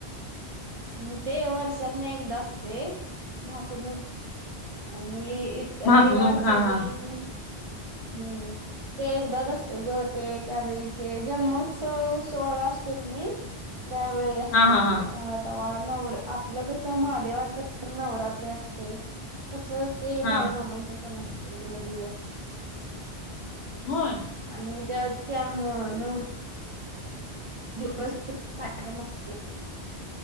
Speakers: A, on the right (about 40°); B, on the left (about 75°).
A: हम् ते वर्षात न एकदा असते भाकणूक आणि तर
B: भाकणूक
A: रविवारचं
B: हा हा
A: तेन, हम्म. ते एकदाच असते ग ते त्यावेळी ते जन्मोत्सव सोहळा असतो कनी. त्यावेळी असते
B: हा हा
A: ते
B: हा
A: आता नवर आपलं कस महादेवाच नवरात्री अस तस ते
B: हा
A: बाळूमामांच पण असतय नऊ दिवस.
B: होय
A: आणि त्यात त्या हां नऊ दिवस ते पराक्रम असतोय.